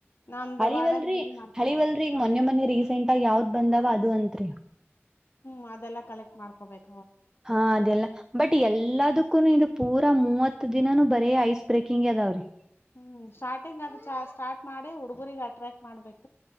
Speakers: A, on the left; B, on the right.
A: ನಮ್ದು
B: ಹಳಿವಲ್ರಿ
A: ವಾರ್ಡನ್ ಏನೇನ್ ಮಾಡ್ತಾರೇನ್
B: ಹಳಿವಲ್ರರಿ ಈಗ ಮೊನ್ನೆ ಮೊೆ ರೀಸೆಂಟ್ ಆಗ ಯಾವ್ದ್ ಬಂದಾವ ಅದು ಅಂತ ತ್ರೇ
A: ಹ್ಮ್ ಅದೆಲ್ಲಾ ಕಲೆಕ್ಟ್ ಮಾಡ್ಕೋಬೇಕು
B: ಹಾ ಅದೆಲ್ಲ ಬಟ್ ಎಲ್ಲದಕ್ಕೂನು ಇದು ಪೂರಾ ಮೂವತ್ ದಿನಾನನು ಬರೀ ಐ ಬ್ರೇಕಿಂಗ್ ಅದಾವ್ರೀ
A: ಹ್ಮ್ ಸ್ಟಾರ್ಟಿಂಗ್ ಅದು ಸ್ಟಾರ್ಟ್ ಮಾಡಿ ಹುಡುಗುರಿಗೆ ಅಟ್ರಾಕ್ಟ್ ಮಾಡ್ಬೇಕು